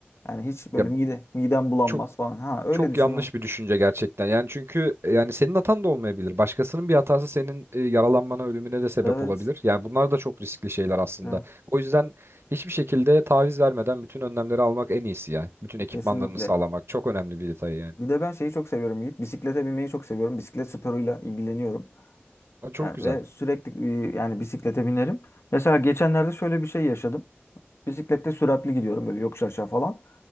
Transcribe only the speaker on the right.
Ya
çok
Çok
yanlış bir düşünce gerçekten. Yani çünkü e, yani senin hatan da olmayabilir. Başkasının bir hatası senin e, yaralanmana, ölümüne de sebep
olabilir. Yani bunlar da çok riskli şeyler aslında.
O yüzden hiçbir şekilde taviz vermeden bütün önlemleri almak en iyisi ya. Bütün ekipmanlarını
sağlamak çok önemli bir detay yani.
Aa, çok
güzel.